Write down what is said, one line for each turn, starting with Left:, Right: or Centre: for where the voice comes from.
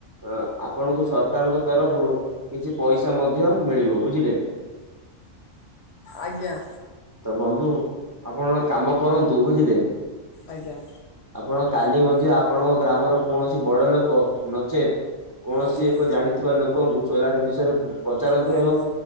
Right: ଅଁ ଆପଣଙ୍କୁ ସରକାରଙ୍କ ତରଫରୁ କିଛି ପଇସା ମଧ୍ୟ ମିଳିବ ବୁଝିଲେ
Left: ଆଜ୍ଞା।
Right: ତ ବନ୍ଧୁ ଆପଣ କାମ କରନ୍ତୁ ବୁଝିଲେ
Left: ଆଜ୍ଞା।
Right: ଆପଣ କାଲି ମଧ୍ୟ ଆପଣଙ୍କ ଗ୍ରାମର କୌଣସି ବଡ ଲୋକ ନଚେତ୍ କୌଣସି
Left: ଆଜ୍ଞା
Right: ଏକ ଜାଣିଥିବା ଲୋକଙ୍କୁ ସୋଲାର ବିଷୟରେ ପଚାରନ୍ତୁ
Left: ଆଜ୍ଞା।
Right: ଏବଂ